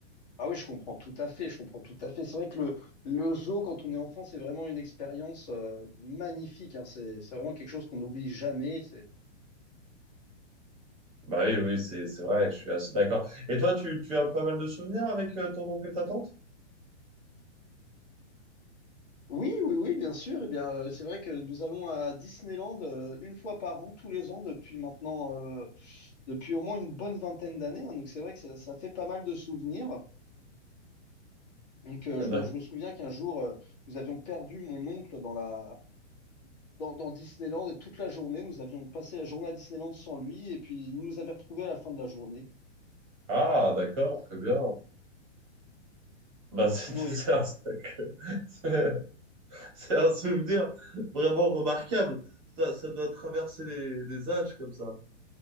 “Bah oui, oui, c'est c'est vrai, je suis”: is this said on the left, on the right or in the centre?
Right